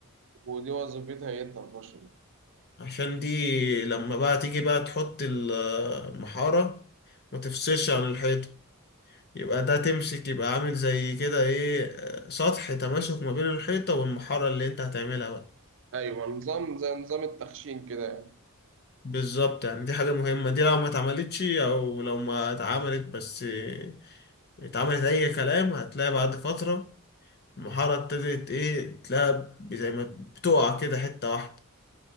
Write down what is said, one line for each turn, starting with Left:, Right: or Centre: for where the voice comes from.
Right: ودي وظيفتها ايه التلتاشر دي
Left: عشان دي لما بقى تيجي بقى تحط ال- المحارة ما تفصلش عن الحيطة يبقى ده تمسك يبقى عامل زي كده ايه آه، سطح تماسك ما بين الحيطة والمحارة اللي انت هتعملها بقى
Right: أيوة نظام زي نظام التخشين كده يعني
Left: بالظبط يعني دي حاجة مهمة دي لو ما اتعملتش او لو ما اتعملت بس آه، اتعملت اي كلام هتلاقي بعد فترة المحاره ابتدت ايه تلاقيها ب- زي ما بتقع كده حته واحده